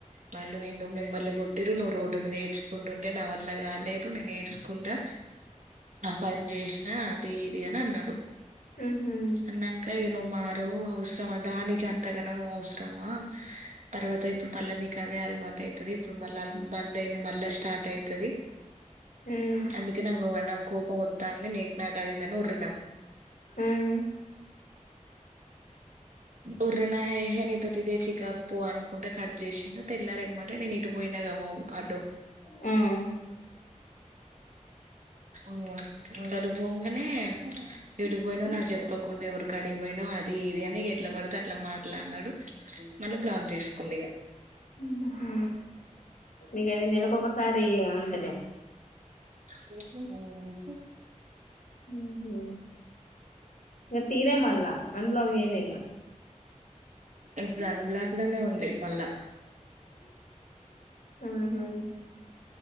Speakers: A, on the right; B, on the left.
A: వాళ్ళు నిన్ను మిమ్మర్లు కొట్టిరు నువ్వు రోడ్డు మీద ఏడ్చుకుంటుంటే నా వల్ల కాలేదు నేను ఏడ్చుకుంటా ఆ పన్చేస్ ఆ అది ఇది అని అన్నాడు
B: ఉహు
A: అన్నాంక ఇగ నువ్వు మారవు ఉస్తవ దానికి అంతగా నవ్ అవసరమా తర్వాత ఇప్పుడు మళ్లనీకి అదే అలవాటు అయితది ఇప్పుడు మళ్ళా అల్ బంద్ అయింది మళ్ళా స్టార్ట్ అయితది
B: ఉమ్
A: అందుకే నాకు నువ్వనా కోపం వొత్తాంది నీక్ నాకు అదీది అని ఒర్లినావ్
B: మ్మ్
A: ఒర్రినా నీతోటి ఇదే చికాకు పో అనుకుంట కట్ చేసిండు తెల్లారేమ్మటే నేను ఇటు పోయినగామావ్ అటూ
B: మ్మ్
A: మ్మ్ ఇంగ అటూ పొంగానే ఎటుపోయినావ్ నాకు చెప్పకుండా ఎవరికాడికి పోయినావ్ అది ఇది అని ఎట్లా పడితే అట్లా మాట్లాడినాడు మళ్ళీ బ్లాగ్ చేసుకుండు ఇగా
B: మ్మ్ హు ఇగ అది నెలకొకసారి ఉన్
A: మ్మ్
B: ఉహు ఇగ తీయలే
A: <inaudible>
B: మళ్ళా అన్బ్లాక్ చేయలే ఇగ
A: ఇప్పుడు అన్ బ్లాక్ లోనే ఉంది మళ్ళా
B: మ్మ్ హు